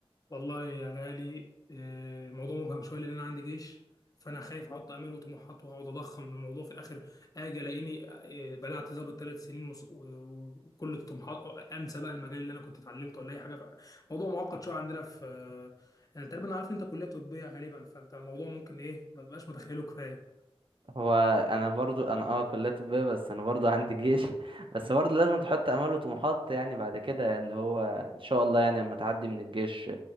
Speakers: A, on the left; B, on the right.
A: والله يا غالي آه، الموضوع مبهم شويه لان انا عندي جيش فانا خايف احط امال وطموحات واقعد اضخم الموضوع في الاخر اجي الاقيني آه، بلعت ظابط ثلاث سنين وص- و- وكل الطموحات انسى بقى المجال اللي انا كنت اتعلمته ولا اي حاجه موضوع معقد شويه عندنا في آه، يعني تقريبا أنا عارف إن انت كليه طبيه غالبا فانت الموضوع ممكن ايه ما تبقاش متخيله كفايه
B: هو انا برضو انا اه كلية طبية بس انا برضو عندي جيش <laughs> بس برضو لازم تحط امال وطموحات يعني بعد كده اللي هو ان شاء الله يعني لما تعدي من الجيش